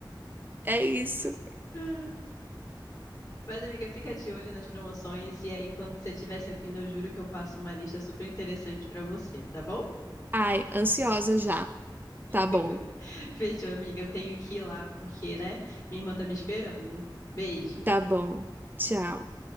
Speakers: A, on the right; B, on the left.
A: É isso.
B: <laughs> Mas, amiga, fica de olho nas promoções e aí, quando você tiver seu Kindle, eu juro que eu passo uma lista super interessante pra você, tá bom?
A: Ai, ansiosa já. Tá bom,
B: <laughs> Fechou, amiga. Eu tenho que ir lá, porque, né? Minha irmã tá me esperando. Beijo.
A: tá bom. Tchau.